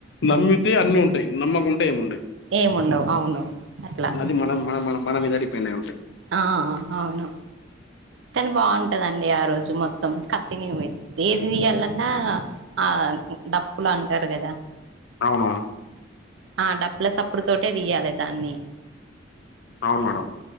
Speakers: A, on the left (about 60°); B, on the right (about 70°).
A: నమ్మితే అన్ని ఉంటాయి నమ్మకుంటే ఏం ఉండయ్
B: ఏముండవు అవును అట్లా
A: అది మనం మన మన మన మీదా డిపెండ్ అయి ఉంటయ్
B: ఆఆ అవును కాని బాగుంటదండి ఆరోజు మొత్తం కత్తినిమే ఏది తియాలన్నా ఆ డప్పులు అంటారు కదా
A: అవునవును
B: ఆ డప్పుల సప్పుడు తోటే తీయాలే దాన్ని
A: అవును మేడం